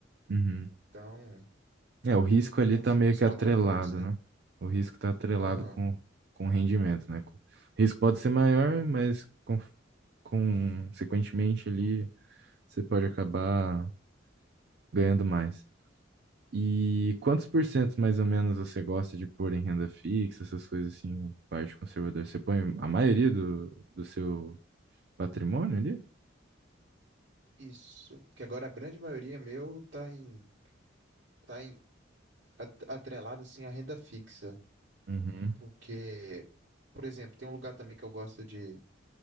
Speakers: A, on the right; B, on the right.
A: Uhum.
B: Então,
A: É, o risco ali
B: tem
A: tá
B: uns, uns
A: meio que
B: contrapontos,
A: atrelado,
B: né?
A: né? O risco tá atrelado
B: Aham.
A: com, com o rendimento, né? O risco pode ser maior, mas con- consequentemente ali você pode acabar ganhando mais. E quantos por cento mais ou menos você gosta de pôr em renda fixa, essas coisas assim, parte conservadora? Você põe a maioria do, do seu patrimônio ali?
B: Isso. Porque agora a grande maioria meu tá em, tá em at- atrelado assim à renda fixa.
A: Uhum.
B: Porque, por exemplo, tem um lugar também que eu gosto de